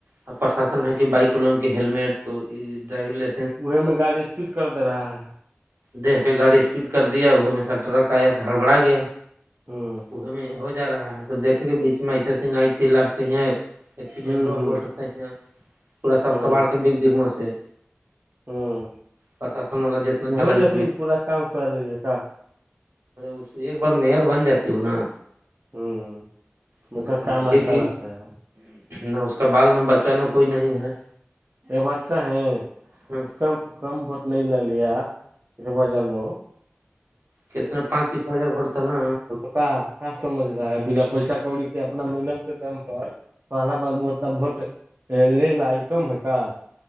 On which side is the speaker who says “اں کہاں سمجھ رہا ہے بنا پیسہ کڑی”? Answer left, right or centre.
Right